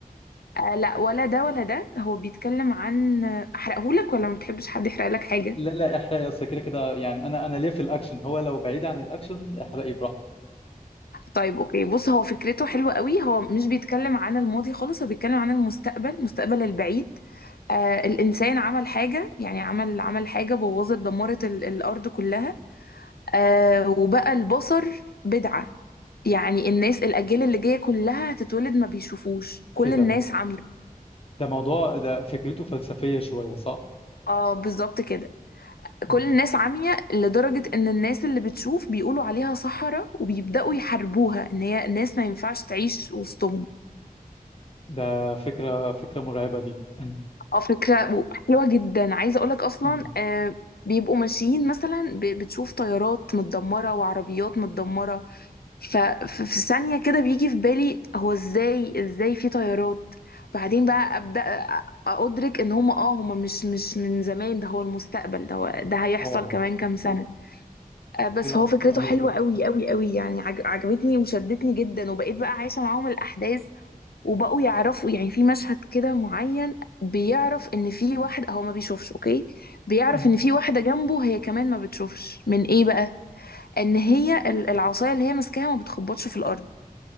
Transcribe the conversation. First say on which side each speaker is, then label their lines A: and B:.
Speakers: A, on the left (about 85°); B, on the left (about 40°).
A: آه لا ولا ده ولا ده هو بيتكلم عن احرقهولك ولا ما بتحبش حد يحرق لك حاجة
B: لا لا احرقي اصل كده كده يعني انا انا ليا في الاكشن هو لو بعيد عن الاكشن احرقي براحتك
A: طيب اوكي بص هو فكرته حلوة قوي هو مش بيتكلم عن الماضي خالص هو بيتكلم عن المستقبل المستقبل البعيد آه الانسان عمل حاجة يعني عمل عمل حاجة بوظت دمرت ال الارض كلها آه وبقى البصر بدعة يعني الناس الاجيال اللي جاية كلها هتتولد ما بيشوفوش كل
B: ايه ده
A: الناس عمي
B: ده موضوع ده فكرته فلسفيه شويه صح
A: اه بالظبط كده
B: مم.
A: كل الناس عمية لدرجة إن الناس اللي بتشوف بيقولوا عليها سحرة وبيبدأوا يحاربوها إن هي ناس ما ينفعش تعيش وسطهم
B: ده فكره فكره مرعبه دي <laughs>
A: اه فكرة حلوة جدا عايزة أقولك أصلا
B: مم.
A: آه بيبقوا ماشيين مثلا ب- بتشوف طيارات متدمرة وعربيات متدمرة ففي ثانية كده بيجي في بالي هو إزاي إزاي في طيارات بعدين بقى أبدأ أ- أدرك إن هم آه هم مش مش من زمان ده هو المستقبل ده هو ده هيحصل
B: واو
A: كمان كام سنة آه، بس
B: لا
A: فهو فكرته
B: رهيب
A: حلوة قوي قوي قوي يعني عج- عجبتني وشدتني جدا وبقيت بقى عايشة معاهم الأحداث وبقوا يعرفوا يعني في مشهد كده معين بيعرف إن في واحد هو ما بيشوفش أوكي بيعرف
B: مم.
A: إن في واحدة جنبه هي كمان ما بتشوفش من إيه بقى إن هي ال- العصاية اللي هي ماسكاها ما بتخبطش في الأرض